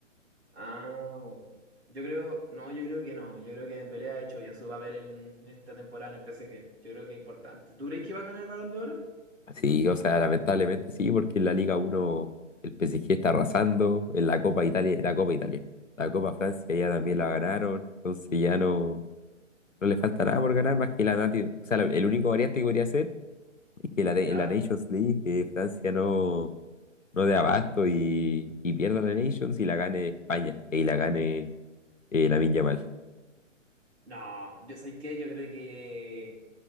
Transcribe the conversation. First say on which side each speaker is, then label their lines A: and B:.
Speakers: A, on the right; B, on the left.
A: Ah, yo creo, no, yo creo que no. Yo creo que Dembélé ha hecho bien su papel en esta temporada en el PSG. Yo creo que es importante. ¿Tú crees que va a ganar el Balón de Oro?
B: Sí, o sea, lamentablemente sí, porque en la Liga uno el PSG está arrasando, en la Copa Italia, la Copa Italia, la Copa Francia ya también la ganaron, entonces ya no, no le falta nada por ganar más que la Nati, o sea, lo- el único variante que podría ser es que la, de-
A: ¿Ya?
B: en la Nations League que Francia no, no dé abasto y, y pierda la Nations y la gane España, y la gane eh, Lamine Yamal.
A: No, yo ¿sabes qué? Yo creo que